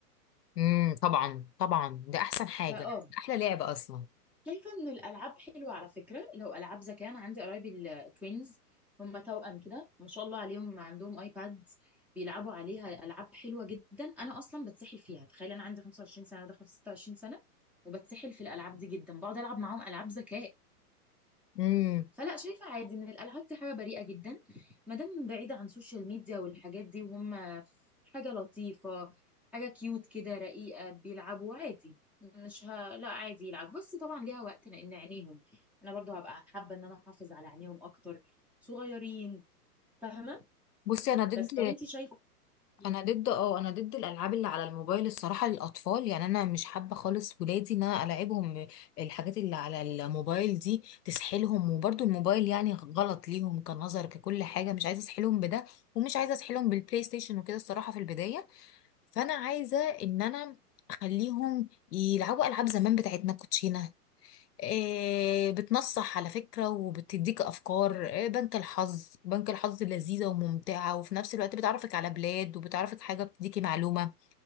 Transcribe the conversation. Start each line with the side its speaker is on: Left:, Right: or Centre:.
Left: امم طبعا طبعا ده احسن حاجه
Centre: فاه
Left: احلى لعبه اصلا
Centre: شايفة إن الألعاب حلوة على فكرة لو ألعاب ذكاء أنا عندي قرايبي التوينز هم توأم كده ما شاء الله عليهم عندهم آيباد بيلعبوا عليها ألعاب حلوة جدا أنا أصلا بتسحل فيها تخيل أنا عندي 25 سنة وداخلة في 26 سنة وبتسحل في الألعاب دي جدا بقعد ألعب معاهم ألعاب ذكاء
Left: امم
Centre: فلا شايفة عادي ان الالعاب دي حاجة بريئة جدا ما دام بعيدة عن السوشيال ميديا والحاجات دي وهم حاجة لطيفة حاجة كيوت كده رقيقة بيلعبوا عادي مش ه... لا عادي يلعب بس طبعا ليها وقت لان عينيهم انا برضو هبقى حابة ان انا احافظ على عينيهم اكتر صغيرين فاهمة
Left: بصي انا ضد
Centre: بس طب انتي شايفة ايه
Left: انا ضد اه انا ضد الالعاب اللي على الموبايل الصراحه للاطفال يعني انا مش حابه خالص ولادي ان انا العبهم الحاجات اللي على الموبايل دي تسحلهم وبرضو الموبايل يعني غلط ليهم كنظر ككل حاجه مش عايزه اسحلهم بده ومش عايزه اسحلهم بالبلاي ستيشن وكده الصراحه في البدايه فانا عايزه ان انا اخليهم يلعبوا العاب زمان بتاعتنا كوتشينه آه، بتنصح على فكرة وبتديك أفكار آه، بنك الحظ بنك الحظ لذيذة وممتعة وفي نفس الوقت بتعرفك على بلاد وبتعرفك حاجة بتديكي معلومة